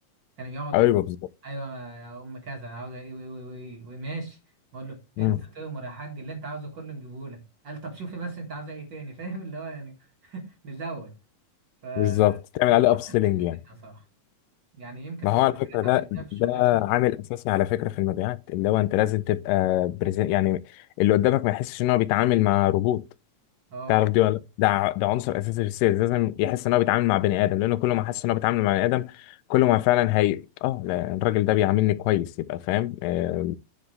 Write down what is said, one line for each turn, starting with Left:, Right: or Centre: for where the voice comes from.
Right: كان يقعد
Left: ايوه بالظبط
Right: ايوه يا ام كذا عاوزه ايه وايه وايه وايه وماشي بقول له انت
Left: امم
Right: تؤمر يا حاج اللي انت عاوزه كله نجيبه لك قال طب شوفي بس انت عاوزه ايه تاني <laughs> فاهم اللي هو يعني نزود ف المعامله
Left: بالظبط تعمل عليه اب سيلينج
Right: بتفرق
Left: يعني
Right: جدا صراحه يعني يمكن
Left: ما
Right: اكتر
Left: هو على فكره
Right: حاجه اتعلمتها
Left: ده ده
Right: في الشغلانه دي
Left: عامل اساسي على فكره في المبيعات اللي هو انت لازم تبقى بريزنت يعني اللي قدامك ما يحسش ان هو بيتعامل مع روبوت
Right: اه
Left: تعرف دي ولا لأ؟ ده ع- ده عنصر اساسي في السيلز لازم يحس ان هو بيتعامل مع بني ادم لانه كل ما حس ان هو بيتعامل مع بني ادم كل ما فعلا هي اه لا، الراجل ده بيعاملني كويس يبقى فاهم آه،